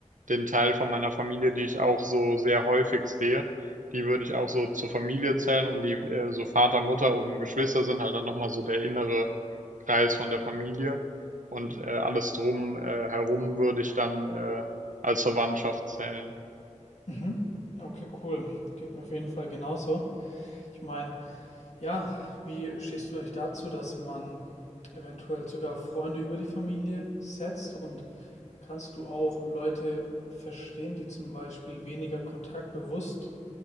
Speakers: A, on the right (about 85°); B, on the left (about 60°).
A: den Teil von meiner Familie, die ich auch so sehr häufig sehe, die würde ich auch so zur Familie zählen und die äh, so Vater, Mutter und Geschwister sind halt dann nochmal so der innere Kreis von der Familie und äh, alles drum äh, herum würde ich dann äh, als Verwandtschaft zählen.
B: Mhm. Okay, cool. Geht mir auf jeden Fall genauso. Ich meine, ja, wie stehst du eigentlich dazu, dass man eventuell sogar Freunde über die Familie setzt? Und kannst du auch Leute verstehen, die zum Beispiel weniger Kontakt bewusst